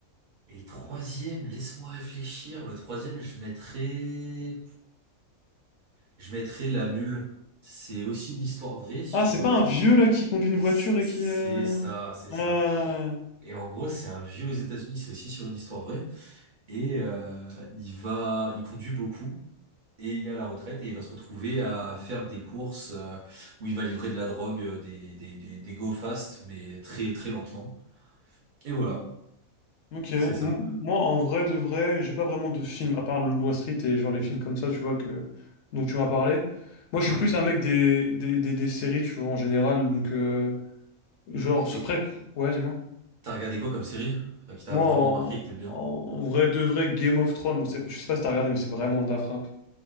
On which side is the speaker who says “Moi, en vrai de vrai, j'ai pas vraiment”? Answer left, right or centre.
Left